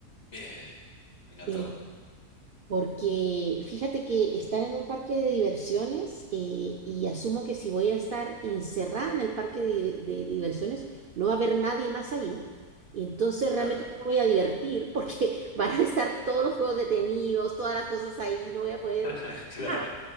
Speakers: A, on the left (about 55°); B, on the right (about 75°).
A: Bien, me encantó.
B: eh, Porque fíjate que estar en un parque de diversiones eh, y asumo que si voy a estar encerrada en el parque de, dire- de diversiones, no va a haber nadie más ahí. Entonces realmente
A: Claro.
B: no me voy a divertir porque <laughs> van a estar todos los juegos detenidos, todas las cosas ahí, no voy a poder
A: <laughs> Claro.
B: nada.